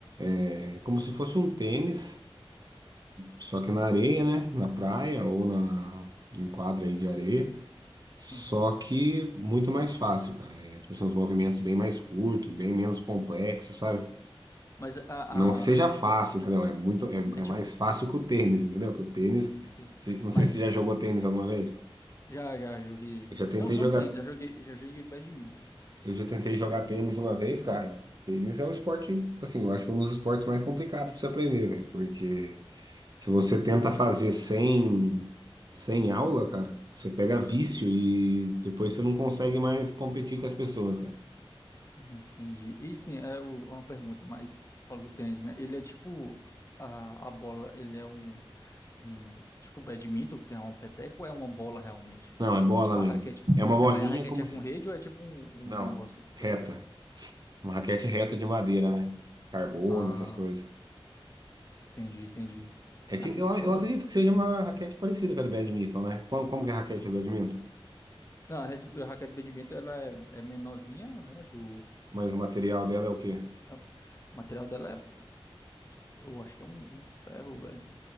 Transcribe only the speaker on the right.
é como se fosse um tênis, só que na areia, né? Na praia ou na em quadra aí de areia, só
que muito mais fácil, cara. É, tipo assim, uns movimentos bem mais curtos, bem menos complexos, sabe?
Não que seja
fácil,
entendeu? É muito é, é
mais fácil que o tênis, entendeu? Que o tênis,
se- não
sei se você já jogou tênis alguma vez.
Eu já tentei
jogar
Eu já tentei jogar
tênis uma vez, cara. Tênis é um esporte, assim, eu acho que é um dos esportes mais complicados pra você aprender, velho. Porque se você tenta fazer sem, sem aula, cara, você pega vício e depois você não consegue mais competir com as pessoas, cara.
Não, é bola
mesmo.
É uma bolinha
como
se.
Não,
reta.
Uma raquete reta de madeira, né? Carbono,
essas coisas.
É tipo,
eu,
eu acredito
que seja uma raquete parecida com a do badminton, né? Como, como que é a raquete do badminton?
Mas o material dela é o quê?